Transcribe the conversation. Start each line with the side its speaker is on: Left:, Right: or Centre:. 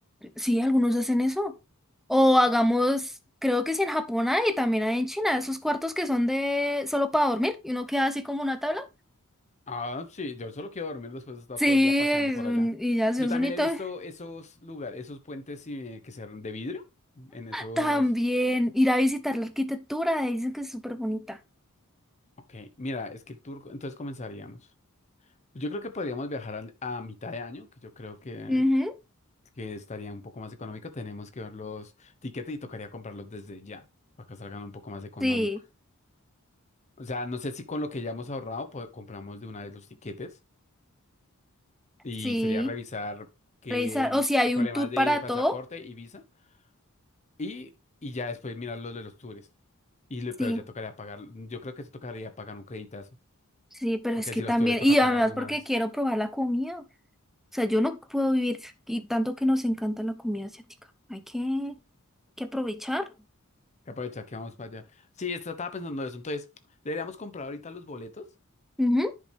Centre: sí, algunos hacen eso. O hagamos, creo que sí en Japón hay, y también hay en China, esos cuartos que son de solo para dormir, y uno queda así como una tabla.
Left: Ah, sí, yo solo quiero dormir después de estar
Centre: Sí,
Left: todo el día paseando
Centre: es
Left: por
Centre: un-
Left: allá.
Centre: y ya se
Left: Yo
Centre: hace
Left: también
Centre: un hito.
Left: he visto
Centre: <laughs>
Left: esos lugares, esos puentes eh, que se de vidrio, en esos...
Centre: También ir a visitar la arquitectura, dicen que es súper bonita.
Left: Ok, mira, es que el tour, entonces comenzaríamos. Yo creo que podríamos viajar al- a mitad de año, que yo creo que
Centre: Ujú,
Left: que estaría un poco más económico, tenemos que ver los tiquetes y tocaría comprarlos desde ya, para que salgan un poco más económicos.
Centre: Sí,
Left: O sea, no sé si con lo que ya hemos ahorrado, pues compramos de una vez los tiquetes y
Centre: sí.
Left: sería revisar qué
Centre: revisar,
Left: mm,
Centre: o si hay
Left: problemas
Centre: un tour
Left: de
Centre: para
Left: pasaporte
Centre: todo.
Left: y visa y, y ya después mirar los de los tours. Y, le-
Centre: Sí,
Left: pero ya tocaría pagar, yo creo que se tocaría pagar un creditazo,
Centre: sí, pero
Left: porque
Centre: es que
Left: si
Centre: también,
Left: los tours toca
Centre: y además
Left: pagarlo
Centre: porque
Left: una vez.
Centre: quiero probar la comida. O sea, yo no puedo vivir, y tanto que nos encanta la comida asiática. Hay que, que aprovechar.
Left: Que aprovechar que vamos para allá. Sí, esto estaba pensando eso, entonces, ¿deberíamos comprar ahorita los boletos?
Centre: Ujú,